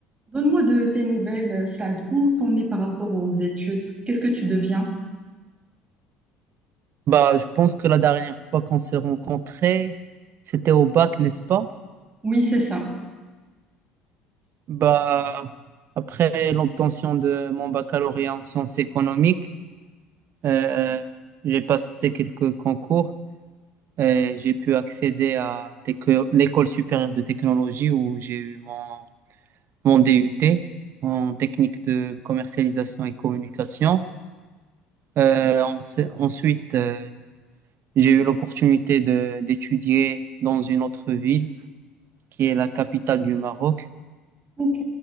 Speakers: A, on the right (about 25°); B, on the right (about 50°).
A: Donne-moi de tes nouvelles, euh, Sad. Où t'en es par rapport aux études? Qu'est-ce que tu deviens?
B: Bah, je pense que la dernière fois qu'on s'est rencontrés, c'était au bac, n'est-ce pas?
A: Oui, c'est ça.
B: Bah, après l'obtention de mon baccalauréat en sciences économiques, euh, j'ai passé quelques concours et j'ai pu accéder à l'éco- l'école supérieure de technologie où j'ai eu mon, mon DUT en technique de commercialisation et communication. Euh, ense- ensuite, euh, j'ai eu l'opportunité de d'étudier dans une autre ville qui est la capitale du Maroc,
A: Ok.